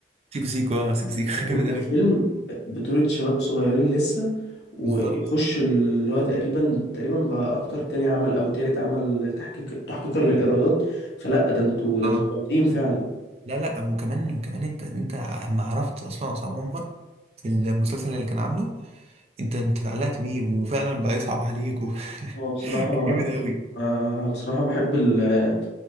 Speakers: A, on the right; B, on the left.
A: سيكو سيكو اه، سيكو سيكو
B: يعني
A: <laughs> جامد
B: الفيلم
A: قوي
B: بطولة شباب صغيرين لسه ويخش
A: بالظبط
B: اللي هو تقريبا تقريبا بقى اكتر تاني عمل او تالت عمل تحقيق تحقيقا للايرادات فلا ده انتوا ده
A: اه
B: انتوا جامدين فعلا
A: لا لا وكمان وكمان انت انت اما عرفت اصلا عصام عمر في المسلسل اللي كان عامله انت انت اتعلقت بيه وفعلا بقى يصعب عليك و... <laughs>
B: هو بصراحة
A: كان جامد قوي
B: آه بصراحة بحب ال